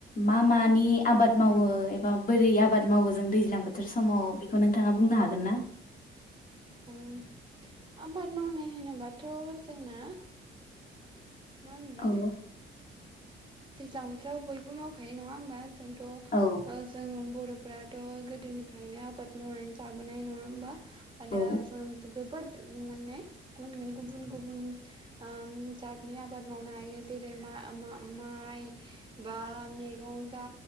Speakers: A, on the left; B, on the right.
A: मा मानि आबाद मावो एबा बोरै आबाद मावो जों दैज्लां बोथोर समाव बेखौनो नोंथाङा बुंनो हागोन ना
B: ओम आबाद मावनाय होनोबाथ' जोंना मा <unintelligible>
A: औ
B: दैज्लां बोथोराव बयबो मावखायो नङा होमबा जोंथ'
A: औ
B: जों बर' फ्राथ' गोदोनिफ्रायनो आबाद मावनानै जाबोनाय नङा होमबा मानो
A: औ
B: जों जोबोद माने <unintelligible> गुबुन गुबुन ओ जातनि आबाद मावनो हायो जेरै मा-मा माइ बा मेगं जा